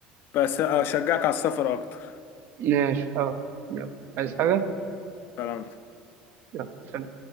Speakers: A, on the left; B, on the right.
A: بس اشجعك على السفر اكتر
B: ماشي اه يلا عايز حاجة؟
A: سلام
B: يلا سلام